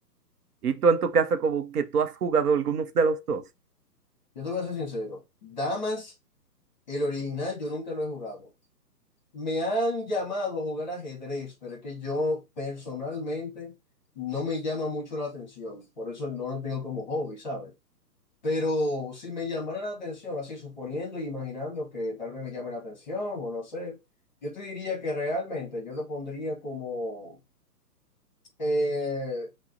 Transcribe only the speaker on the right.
Y tú en tu caso, como que tú has jugado algunos de los dos.